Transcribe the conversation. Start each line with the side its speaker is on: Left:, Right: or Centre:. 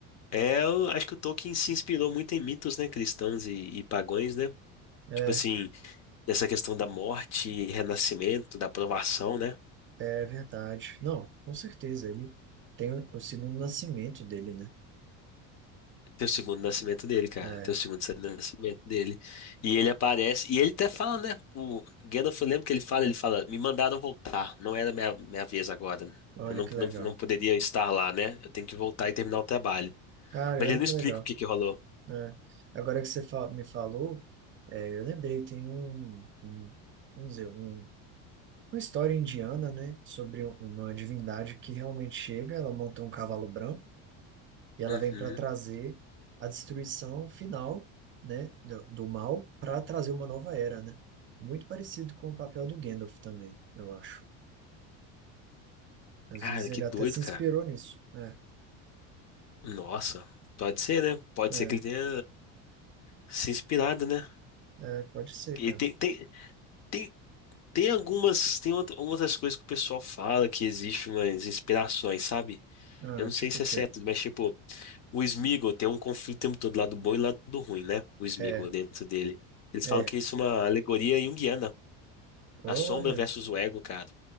Left: é, eu acho que o Tolkien se inspirou muito em mitos, né? Cristãos e, e pagões, né?
Right: É,
Left: Tipo assim, essa questão da morte, renascimento, da provação, né?
Right: é verdade. Não, com certeza, ele tem o, o segundo nascimento dele, né?
Left: Tem o segundo nascimento dele, cara.
Right: É,
Left: Tem o segundo nascimento dele. E ele aparece. E ele até fala, né? O Gandalf, eu lembro que ele fala, ele fala, me mandaram voltar. Não era minha, minha vez agora.
Right: olha
Left: Eu não,
Right: que legal.
Left: não, não poderia estar lá, né? Eu tenho que voltar e terminar o trabalho.
Right: Cara,
Left: Mas
Right: olha
Left: ele não
Right: que
Left: explica
Right: legal.
Left: o que que rolou.
Right: É. Agora que você fa- me falou, é, eu lembrei, tem um, um, vamos dizer, um uma história indiana, né, sobre um- uma divindade que realmente chega, ela monta um cavalo branco e ela
Left: Uhum.
Right: vem para trazer a destruição final, né, do, do mal para trazer uma nova era, né? Muito parecido com o papel do Gandalf também, eu acho. Às
Left: Cara,
Right: vezes ele
Left: que doido,
Right: até se inspirou
Left: cara.
Right: nisso, né?
Left: Nossa. Pode ser, né? Pode
Right: É,
Left: ser que ele tenha se inspirado, né?
Right: é, pode ser,
Left: E
Right: cara.
Left: tem, tem, tem, tem algumas, tem outra- outras coisas que o pessoal fala que existe umas inspirações, sabe?
Right: Ah,
Left: Eu não sei
Right: tipo
Left: se
Right: o
Left: é
Right: quê?
Left: certo, mas tipo. O Sméagol tem um conflito o tempo todo, lado bom e lado ruim, né? O Sméagol
Right: É,
Left: dentro dele. Eles
Right: é.
Left: falam que isso é uma alegoria junguiana,
Right: Olha,
Left: a sombra versus o ego, cara.